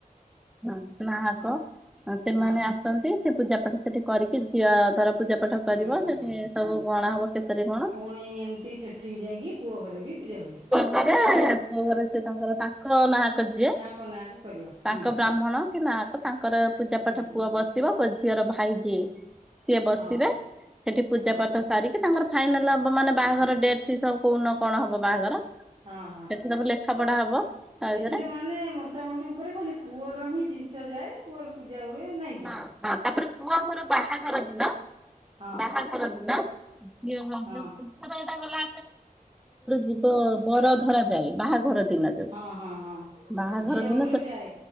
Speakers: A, in the centre; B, on the right.
A: ହଁ ନା ନାହାକ
B: ହଁ
A: ସେମାନେ
B: ହଁ।
A: ଆ ସେ ପୂଜାପାଠ ସେଠି କରିକି ଝିଅ ତର ପୂଜା ପାଠ କରିବ
B: ହୁଁ ହୁଁ
A: ସେଠି
B: ହୁଁ।
A: ସବୁ ଗଣା ହବ କେତେରେ କଣ
B: ଆ ପୁଣି ଏମତି ସେଠି ବି ଯାଇକି ପୁଅ ଘରେ ବି ପୂଜା ହୁଏ।
A: ଘରେ ସେ ତାଙ୍କର ତା <unintelligible> ନାଆକ ଯିଏ
B: ତାଙ୍କ ନାଁକୁ କରିବ ହୁଁ
A: ତାଙ୍କ ବ୍ରାହ୍ମଣ କି ନାକ ତାଙ୍କର ପୂଜା
B: ହୁଁ
A: ପାଠ
B: ହୁଁ
A: ପୁଅ ବସି ବସିବ ଝିଅର ଭାଇଜିି ସିଏ ବସିବେ।
B: ହଁ
A: ସେଠି ପୂଜା
B: ହଁ
A: ପାଠ ସାରିକି ତାଙ୍କର ଫାଇନାଲ ହବ ମାନେ ବାହାଘର ଡେଟ୍ ଫିବ କୋଉନ କଣ ହବ ବାହାଘର।
B: ହଁ ହଁ
A: ସେଠି ସବୁ ଲେଖା ପଢା ହବ ତା ଭିତରେ
B: ଏଥିରେ ମାନେ ମୋ ମୋଟାମୋଟି ଉପରେ ଖାଲି ପୁଅର ହିଁ ଜିନିଷ ଯାଏ ପୁଅର ପୂଜା ହୁଏ ନାହିଁ କି?
A: ହଁ ହଁ ତାପରେ ପୁଅ ଘର ବାହାଘର ଦିନ
B: ହଁ
A: ବାହାଘର ଦିନ। ଯେ <unintelligible>
B: ହଁ
A: ଟ ଗଲା ଯିବ ବର ଧର ଯାଏ ବାହାଘର ଦିନାରେ।
B: ହଁ ହଁ ହଁ
A: ବାହାଘର
B: ଝିଅ
A: ଦିନ
B: ଘରୁ
A: ସେ
B: ଯାଏ